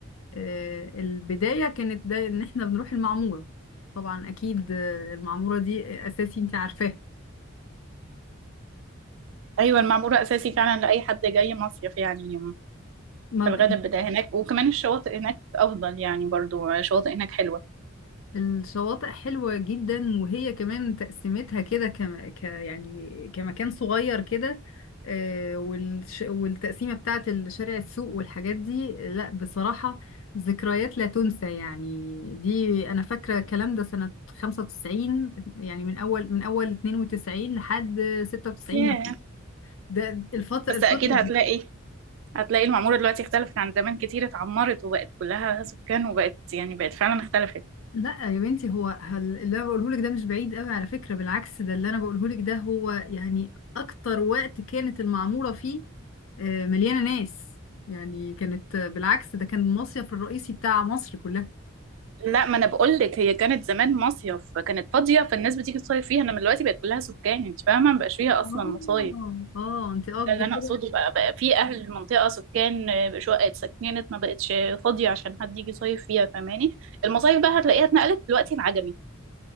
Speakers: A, on the left (about 75°); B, on the right (about 65°).
A: آه، البدايه كانت ده ان احنا بنروح المعموره طبعا اكيد آه، المعموره دي اساسي انتي عارفاها
B: ايوه المعمورة اساسي فعلا لأي حد جاي مصيف يعني
A: ما
B: في الغداء بتاع هناك وكمان الشواطئ هناك أفضل يعني برضو شواطئ هناك حلوة
A: الشواطئ حلوة جدا وهي كمان تقسيمتها كده كم... ك... يعني كمكان صغير كده آه، والش... والتقسيمة بتاعت الشارع السوق والحاجات دي لا بصراحة ذكريات لا تنسى يعني دي أنا فاكرة الكلام ده سنة 95 يعني من أول من أول 92 لحد 96
B: ياه
A: ده الفترة
B: بس
A: الفترة
B: أكيد هتلاقي هتلاقي المعمورة دلوقتي اختلفت عن زمان كتير اتعمرت وبقت كلها سكان وبقت يعني بقت فعلا اختلفت
A: لا يا بنتي هو هل اللي انا بقوله لك ده مش بعيد قوي على فكرة بالعكس ده اللي انا بقوله لك ده هو يعني اكتر وقت كانت المعمورة فيه آه، مليانة ناس يعني كانت آه، بالعكس ده كان المصيف الرئيسي بتاع مصر كلها
B: لا ما انا بقول لك هي كانت زمان مصيف كانت فاضية فالناس بتيجي تصيف فيها انما دلوقتي بقت كلها سكان انت فاهمة مبقاش فيها اصلا
A: اه
B: مصايف
A: اه انت قصدك
B: ده اللي انا
A: كده
B: اقصده بقى بقى في اهل المنطقة سكان آه، شقق اتسكنت ما بقتش فاضية عشان حد يجي يصيف فيها فاهماني المصايف بقى هتلاقيها اتنقلت دلوقتي العجمي